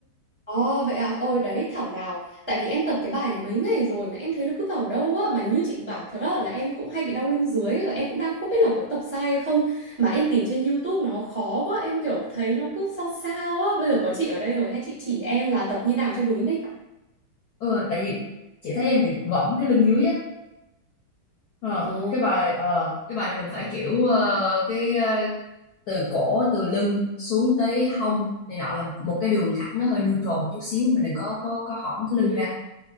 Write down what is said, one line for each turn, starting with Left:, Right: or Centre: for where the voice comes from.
Right: Ồ vậy à, ôi đấy thảo nào. Tại vì em tập cái bài này mấy ngày rồi mà em thấy nó cứ vào đâu á mà như chị bảo thật á là em cũng hay bị đau lưng dưới và em cũng đang không biết là có tập sai hay không mà em tìm trên YouTube nó khó quá em kiểu thấy nó cứ sao sao á. Bây giờ có chị ở đây rồi hay chị chỉ em là tập như nào cho đúng đi.
Left: Ừ, tại vì chị thấy em bị võng cái lưng dưới á ờ,
Right: Ồ,
Left: cái bài ờ, cái bài này mình phải kiểu ờ, cái ờ, từ cổ từ lưng xuống tới hông này nọ là một cái đường thẳng nó hơi neutral một chút xíu mình đừng có có có hõm cái lưng
Right: ừ.
Left: ra